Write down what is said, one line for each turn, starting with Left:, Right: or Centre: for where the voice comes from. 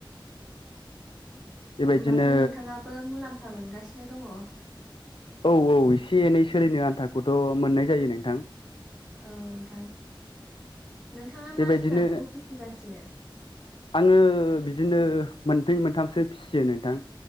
Left: बेबायदिनो
Centre: होमबाथ नोंथाङाबो मुलाम्फा मोनगासिनो दङ?
Left: औ औ एसे एनै सोलिनो आन्थाखौथ मोननाय जायो नोंथां।
Centre: औ नोंथां नोंथाङा
Left: बेबायदिनो
Centre: मा जुनारखौ फिसिगासिनो?
Left: आङो बिदिनो मोनथै मोनथामसो फिसियो नोंथां।